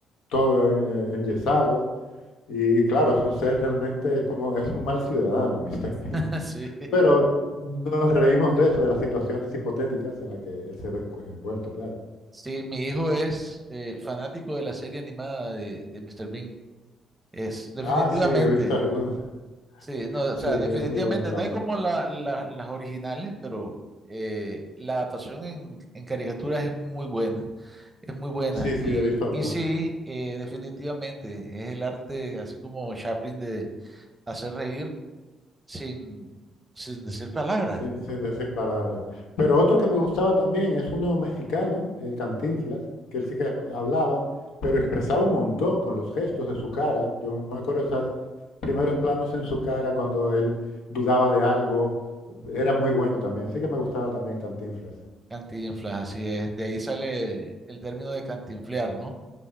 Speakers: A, on the left; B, on the right.
A: todo eh, eh, enyesado, y, y claro, es un ser realmente, es como, es un mal ciudadano, Mr. Bean.
B: Ah, Sí.
A: <laughs> Pero nos reímos de eso, de las situaciones hipotéticas en las que él se ve encu- envuelto, claro.
B: Sí, mi hijo es eh, fanático de la serie animada de, de Mr. Bean. Es, definitivamente.
A: Ah, sí, he visto algunas. <laughs>
B: Sí, no, o
A: Sí,
B: sea,
A: es
B: definitivamente
A: muy buena también.
B: no es como la- la- las originales, pero eh, la adaptación en, en caricaturas es muy buena. Es muy buena.
A: Sí, sí,
B: Y,
A: he visto algunas.
B: y sí, eh, definitivamente, es el arte, así como Chaplin, de hacer reír sin, sin decir palabras.
A: Sí, sin decir palabras. Pero otro que me gustaba también es uno mexicano, eh, Cantinflas, que él sí que hablaba, pero expresaba un montón con los gestos de su cara. Yo me acuerdo esos primeros planos en su cara cuando él dudaba de algo. Era muy bueno también. Sí que me gustaba también Cantinflas.
B: Cantinflas, así es. De ahí sale el término de cantinflear, ¿no?